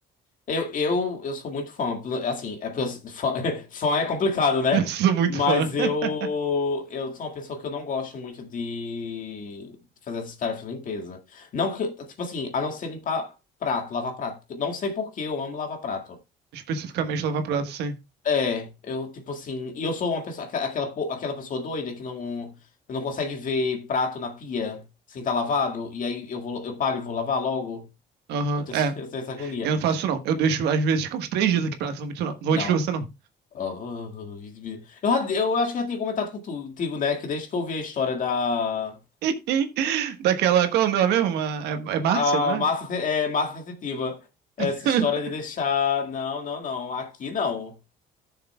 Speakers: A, on the left; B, on the right.
A: Eu, eu, eu sou muito fã. Assim, é, pos- fã, <laughs> fã é complicado,
B: <laughs>
A: né?
B: Eu sou muito
A: Mas
B: fã.
A: eu,
B: <laughs>
A: eu sou uma pessoa que eu não gosto muito de fazer essas tarefas de limpeza. Não que, tipo assim, a não ser limpar prato, lavar prato. Eu Não sei por que eu amo lavar prato.
B: Especificamente lavar prato, sim.
A: É, eu, tipo assim, e eu sou uma pessoa, aquela, aquela po- aquela pessoa doida que não, não consegue ver prato na pia sem estar lavado, e aí eu vou, eu paro e vou lavar logo.
B: Aham.
A: Eu tenho,
B: É.
A: <laughs> eu tenho essa agonia.
B: Eu não faço isso, não. Eu deixo, às vezes, ficar uns três dias aqui pra lá. Não vou mentir, não. Não vou
A: Não.
B: mentir pra você, não.
A: Oh, Eu, já- eu acho que já tinha comentado contigo, né? Que desde que eu ouvi a história da
B: <laughs> Daquela. Qual é o nome dela mesmo? É é Márcia,
A: a
B: não é?
A: massa, se- é, massa sensitiva, essa
B: <laughs>
A: história de deixar. Não, não, não. Aqui não.